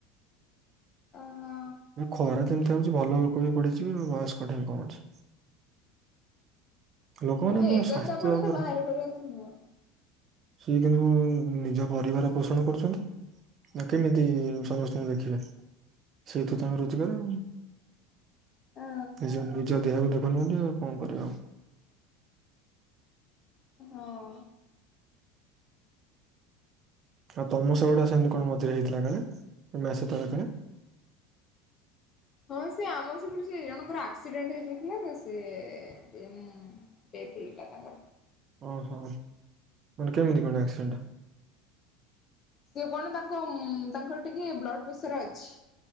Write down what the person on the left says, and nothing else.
ଓହୋ
ହଁ
ଏଗାରଟା
ପରେ
ତ ବାହାର କରିବ ତୁ ମୋର
ଅ
ହଁ
ହଁ ସେ ଆମର ସେପଟ ସେ ଜଣଙ୍କର ଆକ୍ସିଡେଣ୍ଟ ହେଇଯାଇଥିଲା ତ ସେ ଉଁ ଡେଥ ହେଇଗଲା ତାଙ୍କର
ସେ କଣ ତାଙ୍କ ଉଁ ତାଙ୍କର ଟିକେ ବ୍ଲଡ଼ ପ୍ରେସର ଅଛି।